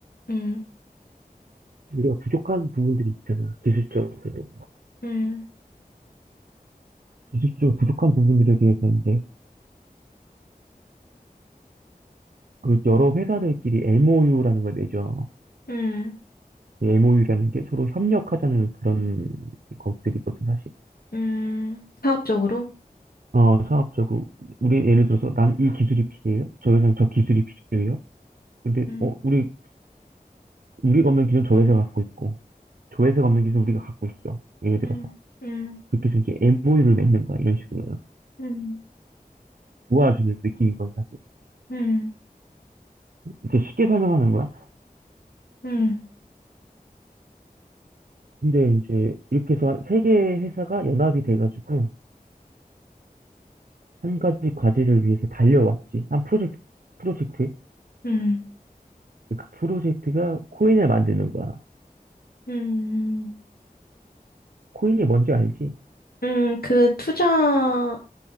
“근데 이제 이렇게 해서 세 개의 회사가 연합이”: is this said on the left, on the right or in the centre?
Right